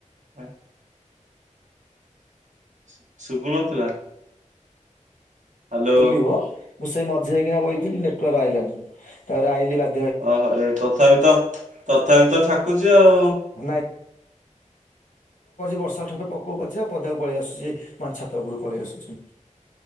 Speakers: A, on the right; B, on the left.
A: ହଁ। ଶୁ ଶୁ ଶୁଭୁନଥିଲା। ହ୍ୟାଲୋ
B: ବୁଲିବ ମୁଁ ସେଇ ମଝି ଯଇକିନା ବହିଥିଲି ନେଟୱାର୍କ ଆଇିଲାନି ତାରେ ଆଇିଲି ବା
A: ଓହୋ ଏ ତଥାପି ତ ତଥାପି ତ ଠାକୁଚି ଆଉ।
B: ନାଇ- ବର୍ଷା ଠୋପେ ପକଉ ପଛେ ଆ ପଦାକୁ ପଳେଇ ଆସୁଛି ମାନ ଛାତ ଉପରୁ ପଳେଇ ଆସୁଛି।